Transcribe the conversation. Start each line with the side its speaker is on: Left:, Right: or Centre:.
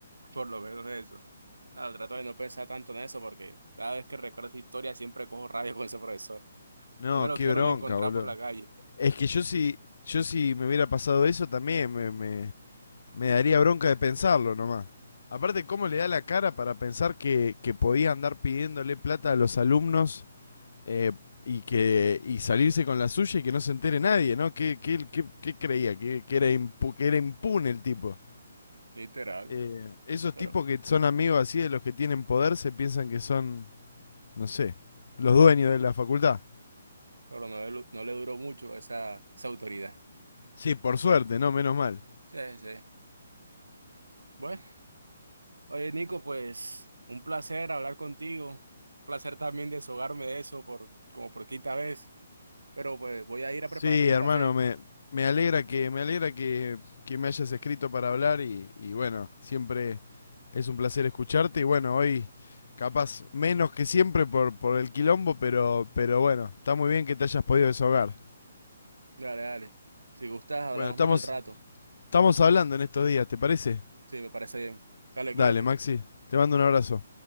Right: por lo menos eso. Ah, trato de no pensar tanto en eso porque cada vez que recuerdo esa historia siempre cojo rabia con ese profesor.
Left: No,
Right: No me lo
Left: qué
Right: quiero
Left: bronca,
Right: ni encontrar
Left: boludo.
Right: por la calle,
Left: Es que yo si, yo si me hubiera pasado eso también me, me, Me daría bronca de pensarlo nomás. Aparte, ¿cómo le da la cara para pensar que, que podía andar pidiéndole plata a los alumnos eh, y que y salirse con la suya y que no se entere nadie, ¿no? ¿Qué, qué, qué- qué creía? ¿Que, que era impu- que era impune el tipo?
Right: literal.
Left: Eh, esos
Right: Pero,
Left: tipos que son amigos así de los que tienen poder se piensan que son, no sé, los dueños de la facultad.
Right: pero no, le- no le duró mucho esa, esa autoridad.
Left: Sí, por suerte, ¿no? Menos mal.
Right: Sí, sí. Bueno. Oye, Nico, pues un placer hablar contigo, placer también desahogarme de eso por como por quinta vez, pero pues voy a ir a
Left: Sí,
Right: prepararme
Left: hermano,
Right: un café.
Left: me, me alegra que me alegra que, que me hayas escrito para hablar y, y bueno, siempre es un placer escucharte y bueno, hoy capaz menos que siempre por, por el quilombo, pero, pero bueno, está muy bien que te hayas podido desahogar.
Right: Dale, dale. Si gustas, hablamos
Left: Bueno, estamos,
Right: más al rato.
Left: estamos hablando en estos días, ¿te parece?
Right: Sí, me parece bien. Dale,
Left: Dale,
Right: cuídate.
Left: Maxi, te mando un abrazo.